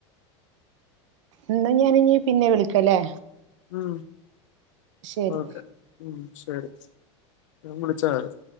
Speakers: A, on the right (about 80°); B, on the left (about 80°).
A: ഇന്നാ ഞാന് ഇനി പിന്നെ വിളിക്കല്ലേ
B: ഉം
A: ശരി
B: ഓക്കെ ഉം ശരി ഞാൻ വിളിച്ചാ <unintelligible>